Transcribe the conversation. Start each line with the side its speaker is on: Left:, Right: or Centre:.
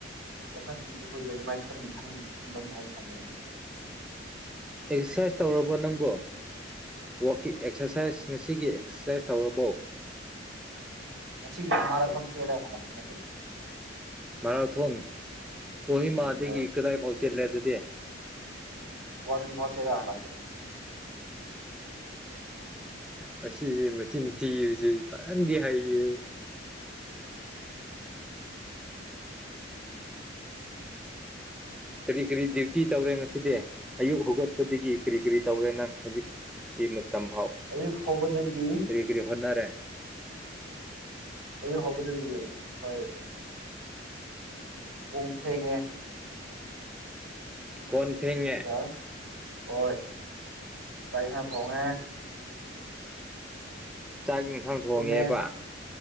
Right: ꯋꯥꯈꯜ ꯄꯤꯛꯄ ꯃꯈꯣꯏꯗꯤ ꯑꯗꯨꯃꯥꯏꯅ ꯈꯟꯕ ꯃꯍꯧꯁꯥꯅꯦ
Centre: ꯑꯦꯛꯁꯔꯁꯥꯏꯁ ꯇꯧꯔꯕꯣ ꯅꯪꯕꯣ ꯋꯥꯛꯀꯤ ꯑꯦꯛꯁꯔꯁꯥꯏꯁ ꯉꯁꯤꯒꯤ ꯑꯦꯛꯁꯔꯁꯥꯏꯁ ꯇꯧꯔꯕꯣ
Right: ꯉꯁꯤ ꯃꯔꯥꯊꯣꯟ ꯆꯦꯂ ꯍꯜꯂꯛꯄꯅꯦ ꯀꯩꯅꫭ
Centre: ꯃꯥꯔꯥꯊꫭꯟ ꯀꯣꯍꯤꯃꯥꯗꯒꯤ
Right: ꯌꯦꯁꯇꯔ
Centre: ꯀꯗꯥꯏꯐꯥꯎ ꯆꯠꯂꯦ ꯑꯗꯨꯗꯤ
Right: ꯒꯨꯍꯥꯇꯤ ꯐꯧ ꯆꯦꯜꯂ ꯍꯂꯛ ꯄꯅꯦ
Centre: ꯃꯁꯤꯁ ꯃꯆꯤꯟ ꯊꯤꯕꯁꯤ ꯐꯖꯟꯗꯤ ꯍꯩꯌꯦ
Right: <inaudible>
Centre: ꯀꯔꯤ ꯀꯔꯤ ꯗ꯭ꯌꯨꯇꯤ ꯇꯧꯔꯦ ꯉꯁꯤꯗꯤ ꯑꯌꯨꯛ ꯍꯧꯒꯠꯄꯗꯒꯤ ꯀꯔꯤ ꯀꯔꯤ ꯇꯧꯔꯦ ꯅꯪ ꯍꯧꯖꯤꯛꯀꯤ ꯇꯝꯐꯥꯎ
Right: ꯑꯌꯨꯛ ꯍꯧꯕꯗꯒꯤ
Centre: ꯀꯔꯤ ꯀꯔꯤ ꯍꯣꯠꯅꯔꯦ
Right: ꯑꯌꯨꯛ ꯍꯧꯕꯗꯒꯤ ꯍꯣꯏ ꯄꯣꯡ ꯐꯦꯡꯉꯦ
Centre: ꯀꯣꯟ ꯐꯦꯡꯉꯦ
Right: ꯑꯗꯨꯒ ꯍꯣꯏ ꯆꯥꯛ ꯏꯁꯥꯡ ꯊꯣꯡꯉꯦ
Centre: ꯆꯥꯛ ꯏꯟꯁꯥꯡ ꯊꯣꯡꯉꯦꯕ
Right: ꯇꯨꯝꯃꯦ